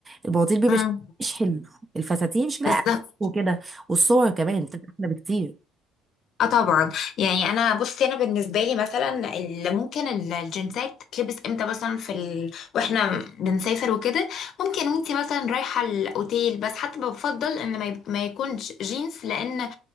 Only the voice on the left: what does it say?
مم.
بالظبط
اه طبعا يعني انا بصي انا بالنسبه لي مثلا ال- ممكن ال- الجنسات تلبس امتى مثلا في ال... واحنا بنسافر وكده ممكن وانتي مثلا رايحه الاوتيل بس حتى بفضل ان ما, يب... ما يكونش جينز لان آه،